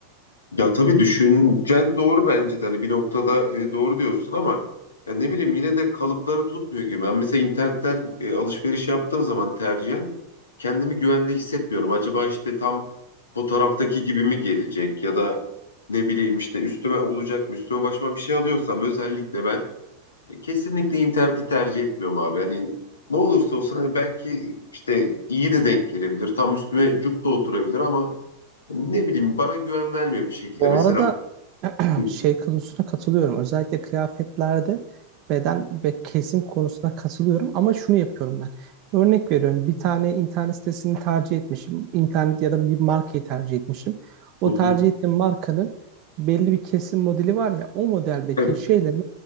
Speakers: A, on the left (about 70°); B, on the right (about 40°).
A: Ya tabii düşüncen doğru bence de. Hani bir noktada e, doğru diyorsun ama ya ne bileyim yine de kalıpları tutmuyor gibi. Ben mesela internetten e, alışveriş yaptığım zaman tercihen kendimi güvende hissetmiyorum. Acaba işte tam fotoğraftaki gibi mi gelecek ya da ne bileyim işte üstüme olacak mı? Üstüme başıma bir şey alıyorsam özellikle ben E, Kesinlikle interneti tercih etmiyorum abi. Yani ne olursa olsun hani belki işte iyi de denk gelebilir. Tam üstüme cuk da oturabilir ama ne bileyim bana güven vermiyor bir şekilde.
B: Bu
A: Mesela
B: arada <clears throat>
A: Hı
B: şey konusuna katılıyorum. Özellikle kıyafetlerde beden ve kesim konusuna katılıyorum ama şunu yapıyorum ben. Örnek veriyorum. Bir tane internet sitesini tercih etmişim. İnternet ya da bir markayı tercih etmişim. O
A: hı.
B: tercih ettiğim markanın belli bir kesim modeli var ya o modeldeki
A: Evet.
B: şeyle